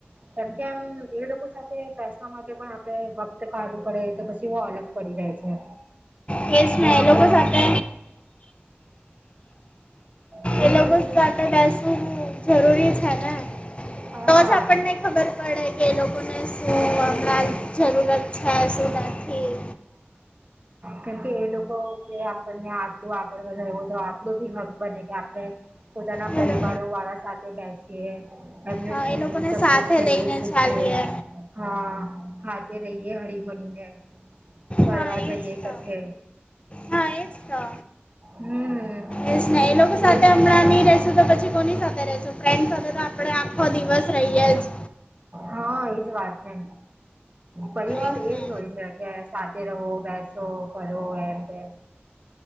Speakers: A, on the right (about 35°); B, on the left (about 30°).
A: કેમકે એમ એ લોકો સાથે બેસવા માટે પણ આપડે વક્ત કાઢવું પડે તો પછી અલગ પડી જાય છે.
B: ને એ જ
A: જો
B: ને
A: આપડે
B: એ લોકો સાથે
A: તો
B: એ લોકો
A: પછી
B: સાથે બેસવું જરૂરી છે ને
A: હા
B: તો જ આપણને ખબર પડે કે એ લોકોને શું હમણાં જરૂરત અછા સુ નથીથી
A: કેમ કે એ લોકો કે આપણને આટલું આગળ વધારવું તો આપણું બી હક બને કે આપણે પોતાના
B: બોલો
A: પરિવારો વાળા સાથે બેસીએ એમને
B: હા
A: શું
B: એ લોકોને
A: દુખ તકલીફ
B: સાથે
A: છે
B: લઈને
A: એ પૂછીએ
B: ચાલીએ
A: હા હાથે રહીયએ હળીમળી ને ફરવા
B: હા એ
A: જઈએ
B: જ તો
A: કથે
B: હા એજ તો,
A: હમ
B: એજ ને એ લોકો સાથે
A: એજ
B: હમણાં શું તો પછી કોની સાથે રશું ફ્રેન્ડ સાથે તો આપડણે આખો દિવસ રહીએ જ.
A: હા એજ વાત ને. પરિવાર
B: એમ ને
A: એ જ હોય છે કે સાથે રહો બેસો કરો એમ કે.